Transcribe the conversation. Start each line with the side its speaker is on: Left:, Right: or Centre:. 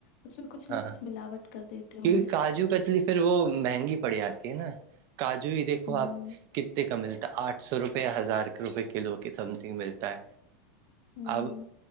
Left: اس میں کچھ نہ
Right: ہاں ہاں
Left: کچھ ملاوٹ کر دیتے ہوں
Right: کیونکہ
Left: گے
Right: کاجو کتلی پھر وہ مہنگی پڑ جاتی ہے نا کاجو ہی دیکھو
Left: ہوں
Right: آپ ک کا ملتا ہے آٹھ سو روپئے ہزار روپئے کلو کی سم تھنگ ملتا ہے
Left: ہوں
Right: اب